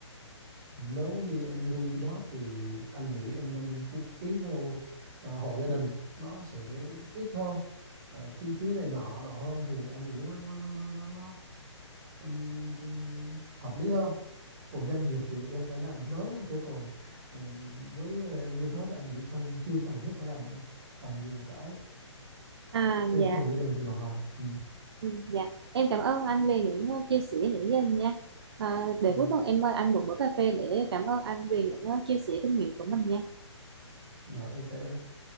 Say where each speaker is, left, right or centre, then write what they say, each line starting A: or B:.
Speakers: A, on the right; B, on the right.
A: nếu như em nuôi đó thì anh nghĩ em nên đăng ký ký theo ờ, hộ gia đình nó sẽ ít hơn Ờ, chi phí này nọ nọ hơn thì anh nghĩ nó nó nó nó nó, nó ừm, hợp lý hơn còn doanh nghiệp thì em phải làm lớn á, chứ còn ừm, với ờ, như thế thì anh nghĩ không chưa cần thiết phải làm ờ, làm gì cái
B: À,
A: đăng
B: dạ.
A: ký hộ gia đình thì được rồi ừ.
B: Ừ, dạ. Em cảm ơn anh về những uh, chia sẻ nãy giờ nha. À, để
A: Ừ.
B: cuối tuần em mời anh một bữa cà phê để cảm ơn anh về những uh, chia sẻ kinh nghiệm của mình nha.
A: rồi ok em